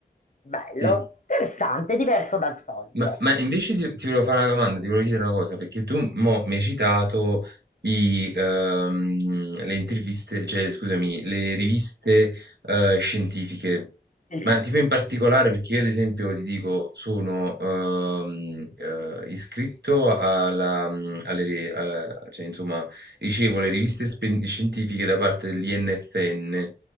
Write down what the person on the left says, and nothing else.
Bello,
interessante, diverso dal solito,
ecco.
mm. Verifiche,
sì.